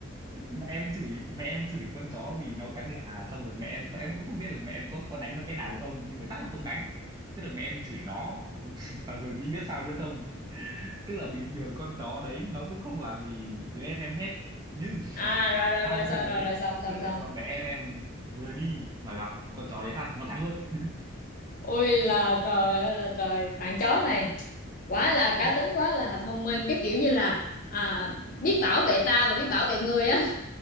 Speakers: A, on the right; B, on the left.
A: mẹ em chửi mẹ em chửi con chó vì nó cắn gà xong rồi mẹ em em cũng không biết là mẹ em có có đánh nó cái nào không nhưng mà chắc là không đánh tức là mẹ em chửi nó <laughs> và rồi chị biết sao nữa không tức là bình thường con chó đấy nó cũng không làm gì đứa em em hết nhưng
B: à rồi rồi
A: sau
B: rồi rồi
A: hôm
B: rồi
A: đấy
B: rồi xong xong
A: tức là
B: xong
A: con bé em em vừa đi mà gặp con chó đấy phát nó cắn luôn
B: ôi là trời ơi là trời bạn chó này quá là cá
A: <laughs>
B: tính quá là thông minh cái kiểu như là à, biết bảo vệ ta và biết bảo vệ người á